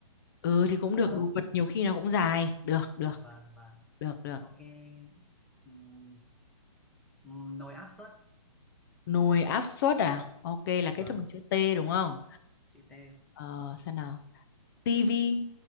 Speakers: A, on the left; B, in the centre.
A: ừ thì cũng
B: được
A: được
B: không
A: đồ vật nhiều khi nó cũng dài được được
B: vâng vâng
A: được được
B: ok Ừm, ừm, nồi áp suất
A: nồi áp suất à ok là kết
B: vâng
A: thúc bằng chữ T đúng không
B: chữ T
A: ờ xem nào tivi